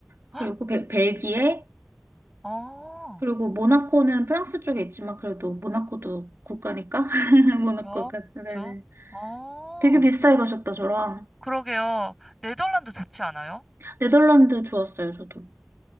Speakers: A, on the right; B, in the centre.
A: 그리고
B: 헉,
A: 벨, 벨기에,
B: 어,
A: 그리고 모나코는 프랑스 쪽에 있지만 그래도 모나코도 국가니까. <laughs>
B: 그쵸,
A: 모나코까지.
B: 그쵸.
A: 네네.
B: 어,
A: 되게 비슷하게 가셨다, 저랑.
B: 그러게요. 네덜란드 좋지 않아요?
A: 네덜란드 좋았어요, 저도.